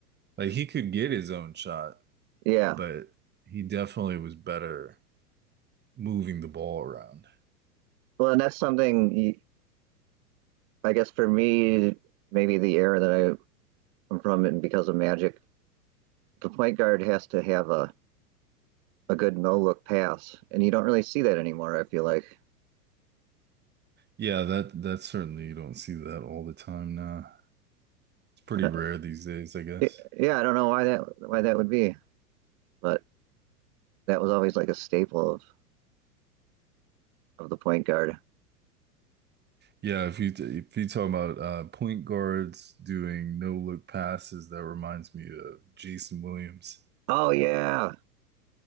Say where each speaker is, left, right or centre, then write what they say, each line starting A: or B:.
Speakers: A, on the right; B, on the right.
A: Like he could get his own shot,
B: yeah.
A: but he definitely was better. moving the ball around.
B: Well, and that's something you- I guess for me, maybe the era that I am from, and because of Magic, the point guard has to have a a good no look pass, and you don't really see that anymore. I feel like,
A: Yeah, that that certainly you don't see that all the time now. It's pretty
B: Uh,
A: rare these days, I guess.
B: it- yeah, I don't know why that why that would be, but that was always like a staple of of the point guard.
A: Yeah, if you if you talk about uh, point guards doing no look passes, that reminds me of Jason Williams.
B: Oh yeah,